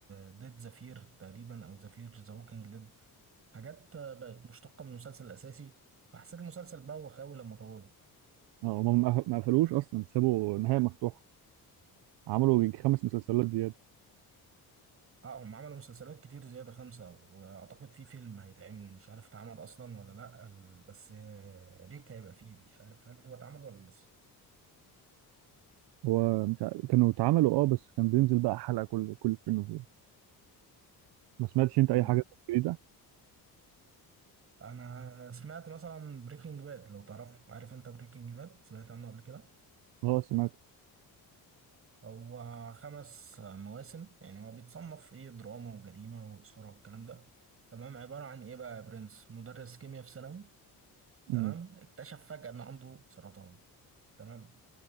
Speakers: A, on the right; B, on the right.
A: ديد زفير تقريبا او زفير ذا ووكينج ديد حاجات آه، بقت مشتقة من المسلسل الاساسي فحسيت المسلسل بوخ اوي لما طوله
B: اه هم ما ما قفلوش اصلا سابوا نهايه مفتوحه عملوا يجي خمس مسلسلات زياده
A: اه هم عملوا مسلسلات كتير زيادة خمسة وأعتقد في فيلم هيتعمل مش عارف اتعمل أصلا ولا لأ ال- بس آه، ريك هيبقى فيه مش عارف هل هو اتعمل ولا لسه
B: هو مش عارف- كانوا اتعملوا اه بس كان بينزل بقى حلقه كل كل فين وفين ما سمعتش انت
A: مم.
B: اي حاجه جديده
A: أنا سمعت مثلا بريكنج باد لو تعرفه عارف أنت بريكنج باد سمعت عنه قبل كده
B: اه سمعت
A: هو خمس مواسم يعني هو بيتصنف إيه دراما وجريمة وإثارة والكلام ده تمام عبارة عن إيه بقى يا برنس مدرس كيمياء في ثانوي تمام
B: امم
A: اكتشف فجأة إن عنده سرطان تمام